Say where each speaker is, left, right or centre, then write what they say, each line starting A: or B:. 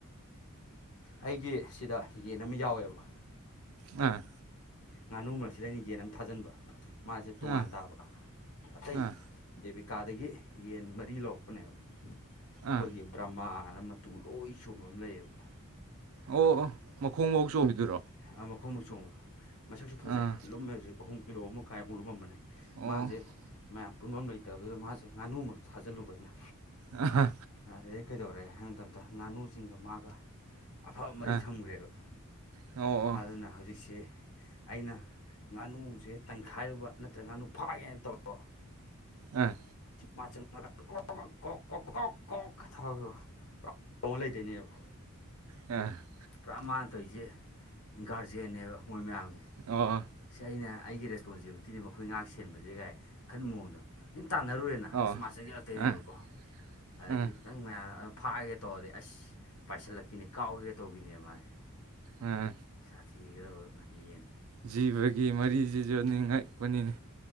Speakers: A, on the left; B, on the right.
A: ꯑꯩꯒꯤ ꯁꯤꯗ ꯌꯦꯟ ꯑꯃ ꯌꯥꯎꯋꯦꯕ
B: ꯑꯥ
A: ꯉꯥꯅꯨ ꯃꯔꯛꯁꯤꯗ ꯑꯩꯅ ꯌꯦꯟ ꯑꯃ ꯊꯥꯖꯤꯟꯕ ꯃꯥꯁꯦ ꯇꯣꯉꯥꯟ
B: ꯑꯥ
A: ꯇꯥꯕ ꯑꯇꯩ
B: ꯑꯥ
A: ꯗꯦꯕꯤꯠ ꯀꯥꯗꯒꯤ ꯌꯦꯟ ꯃꯔꯤ ꯂꯧꯔꯛꯄꯅꯦꯕ ꯑꯩꯈꯣꯏꯒꯤ
B: ꯑꯥ
A: ꯇꯔꯃꯥꯅ ꯃꯇꯨ ꯂꯣꯏ ꯆꯣꯝꯕ ꯑꯃ ꯂꯩꯌꯦꯕ
B: ꯑꯣ ꯑꯣ ꯃꯈꯣꯡ ꯕꯥꯎ ꯆꯣꯝꯕꯤꯗꯨꯔꯣ
A: ꯑꯥ ꯃꯈꯣꯡ ꯐꯥꯎ ꯆꯣꯝꯕꯤꯗꯨꯔꯣ ꯃꯁꯛꯁꯨ ꯐꯖꯩ
B: ꯑꯥ
A: ꯂꯨꯝꯃꯦ ꯍꯧꯖꯤꯛ ꯀꯤꯂꯣ ꯑꯍꯨꯝ ꯀꯤꯂꯣ ꯑꯃ ꯀꯥꯏꯃꯨꯛ ꯂꯨꯝꯃꯝꯕꯅꯦ
B: ꯑꯣ
A: ꯃꯥꯁꯦ
B: ꯑꯥ
A: ꯃꯌꯥꯝ ꯄꯨꯟꯕꯝ ꯂꯩꯇꯕꯗꯨꯗ ꯃꯥꯁꯦ ꯉꯥꯅꯨꯃꯔꯛ ꯊꯥꯖꯤꯜꯂꯨꯕ ꯑꯩꯅ
B: ꯑꯥ ꯍꯥ
A: ꯑꯗꯨꯗꯩ ꯀꯩꯗꯧꯔꯦ ꯍꯥꯏꯕ ꯃꯇꯝꯗ ꯉꯥꯅꯨꯁꯤꯡꯒ ꯃꯥꯒ ꯑꯐꯕ ꯃꯔꯤ
B: ꯑꯥ
A: ꯊꯝꯈ꯭ꯔꯦꯕ
B: ꯑꯣ ꯑꯣ
A: ꯑꯗꯨꯅ ꯍꯧꯖꯤꯛꯁꯤ ꯑꯩꯅ ꯉꯥꯅꯨꯁꯦ ꯇꯪꯈꯥꯏꯔꯨꯕ ꯅꯠꯇ꯭ꯔꯒ ꯉꯥꯅꯨ ꯐꯥꯒꯦꯅ ꯇꯧꯔꯕ
B: ꯑꯥ
A: ꯀ ꯀ ꯀ ꯀ ꯀ ꯀ ꯊ <inaudible> ꯈꯣꯡꯉꯥ ꯂꯩꯗꯣꯏꯅꯦꯕ
B: ꯑ
A: ꯄꯨꯔꯥ ꯃꯥꯅ ꯇꯧꯔꯤꯁꯦ ꯒꯥꯔꯖꯦꯟꯅꯦꯕ ꯃꯣꯏ ꯃꯌꯥꯝꯒꯤ
B: ꯑꯣ
A: ꯁꯤ ꯑꯩꯅ ꯑꯩꯒꯤ ꯔꯦꯁꯄꯣꯟꯁꯤꯕꯤꯂꯤꯇꯤꯅꯤ ꯃꯈꯣꯏ ꯉꯥꯛ ꯁꯦꯟꯕꯁꯦꯒꯥꯏ ꯈꯟ ꯃꯑꯣꯡꯗꯣ ꯈꯤꯟ ꯇꯥꯟꯅꯔꯨꯔꯦꯅ
B: ꯑꯣ
A: ꯏꯁ ꯃꯥ ꯆꯪꯖꯜꯂꯛꯇꯣꯏꯅꯦꯕꯀꯣ
B: ꯑ
A: ꯑꯗꯒꯤ
B: ꯑ
A: ꯈꯤ ꯈꯤꯇꯪ ꯃꯌꯥꯝ ꯑꯗꯨ ꯐꯥꯒꯦꯒ ꯇꯧꯔꯗꯤ ꯑꯁ ꯄꯥꯏꯁꯤꯜꯂꯛꯄꯤꯅꯤ ꯀꯥꯎꯒꯦꯒꯥ ꯇꯧꯕꯤꯅꯦꯕ ꯃꯥꯁꯦ
B: ꯑꯥ ꯑꯥ ꯑꯥ
A: ꯁꯥꯊꯤꯒ꯭ꯔꯕ ꯉꯥꯍꯤ ꯌꯦꯟꯅꯦ
B: ꯖꯤꯕꯒꯤ ꯃꯔꯤꯖꯤꯖꯨ ꯅꯤꯡꯉꯛꯄꯅꯤꯅꯤ